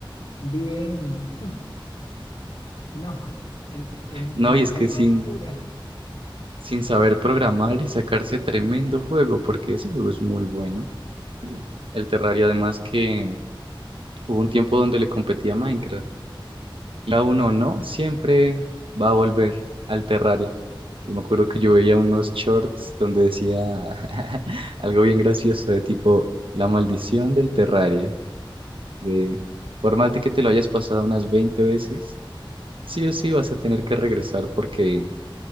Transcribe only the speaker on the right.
No,
y es
que sin,
sin saber programar y sacarse tremendo juego, porque ese juego es muy bueno. El Terraria, además que hubo un tiempo donde le competía a Minecraft. y a uno no, siempre va a volver al Terraria. Y me acuerdo que yo veía unos shorts donde decía <laughs> algo bien gracioso de tipo La maldición del Terraria, de por más de que te lo hayas pasado unas 20 veces, sí o sí vas a tener que regresar porque